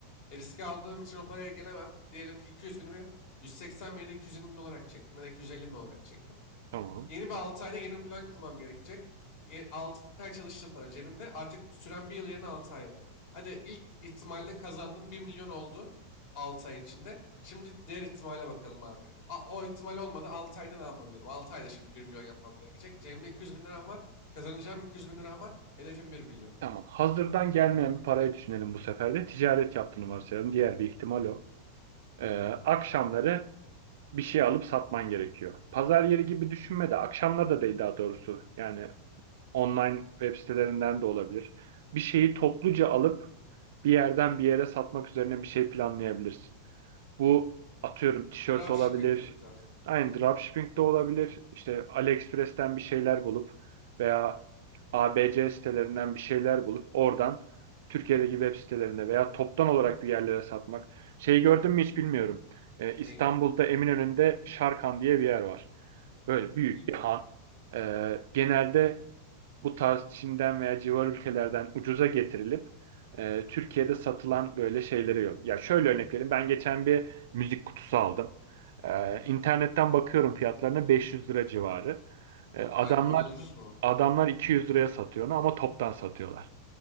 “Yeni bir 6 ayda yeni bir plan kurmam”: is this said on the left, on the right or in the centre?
Left